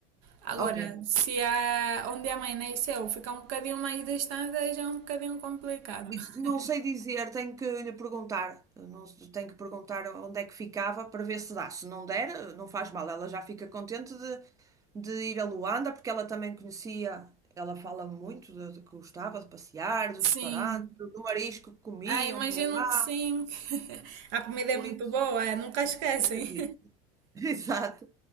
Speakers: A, on the right; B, on the right.
A: Agora,
B: Ok.
A: se é onde amanheceu fica um bocadinho mais distante, aí já é um bocadinho complicado. <laughs>
B: Não sei dizer, tenho que lhe perguntar. Não, se- tenho que perguntar onde é que ficava para ver se dá. Se não der, não faz mal. Ela já fica contente de, de ir a Luanda, porque ela também conhecia, ela fala muito de, de que gostava de passear, dos
A: Sim.
B: restaurantes, do marisco que comiam
A: Ah, imagino
B: por lá,
A: que sim. <laughs> A comida
B: por
A: é muito
B: isso
A: boa, eh, nunca esquecem.
B: acredito. <laughs> Exato.